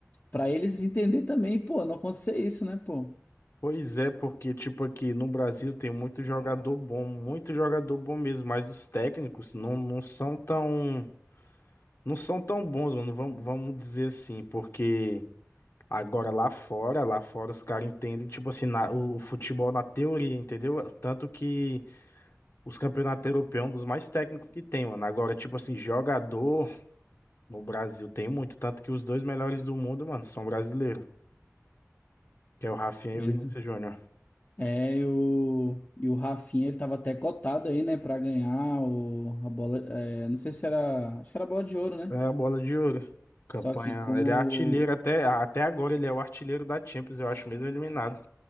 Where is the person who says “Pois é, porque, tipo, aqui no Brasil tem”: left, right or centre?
Left